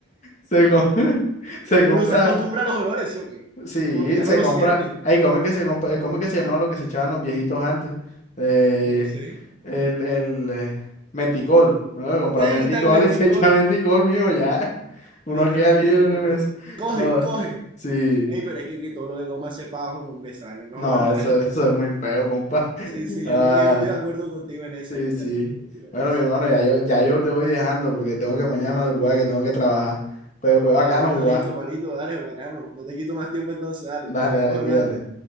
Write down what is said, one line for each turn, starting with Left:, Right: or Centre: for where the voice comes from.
Left: Se, co- <laughs> se compra,
Right: Uno se acostumbra a los olores, ¿sí o qué?
Left: sí,
Right: Uno ya
Left: se
Right: no lo
Left: compra.
Right: siente.
Left: Ay, ¿cómo es que se compra? eh, ¿Cómo es que se llamaba lo que se echaban los viejitos antes? Eh,
Right: No sé.
Left: el, el eh, menticol. Bueno, compra
Right: Mierda,
Left: menticol
Right: el menticol.
Left: y <laughs> se echa menticol, mío, ya. Uno
Right: De ya
Left: queda
Right: mentico,
Left: libre
Right: no,
Left: con
Right: no.
Left: eso.
Right: Coge,
Left: No,
Right: coge.
Left: sí.
Right: Ey, pero hay que que todo lo de goma se pajo, no hombre, esa vaina no
Left: No,
Right: aguanta.
Left: eso,
Right: <laughs>
Left: eso es muy feo, compa. <laughs>
Right: Sí, sí,
Left: ah
Right: yo creo que yo estoy de acuerdo contigo en esa,
Left: Sí,
Right: yo estoy
Left: sí.
Right: de acuerdo contigo
Left: Bueno,
Right: en esa.
Left: mi hermano, ya yo, ya yo te voy dejando porque tengo que mañana madrugar, que tengo que trabajar. Pues fue bacano
Right: Ah, bueno,
Left: jugar.
Right: listo, manito, dale, bacano. No te quito más tiempo entonces, dale,
Left: Dale,
Right: seguimos
Left: dale,
Right: hablando.
Left: cuídate.